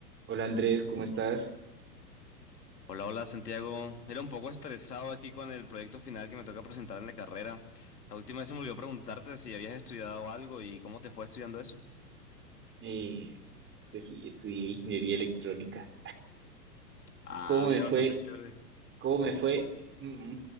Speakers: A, on the right; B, on the left.
A: Hola Andrés, ¿cómo estás?
B: Hola, hola Santiago. Era un poco estresado aquí con el proyecto final que me toca presentar en la carrera. La última vez se me olvidó preguntarte si habías estudiado algo y cómo te fue estudiando eso.
A: Eh, pues sí, estudié ingeniería electrónica.
B: Ah,
A: ¿Cómo
B: mira,
A: me fue?
B: bastante chévere.
A: ¿Cómo me fue? Mm,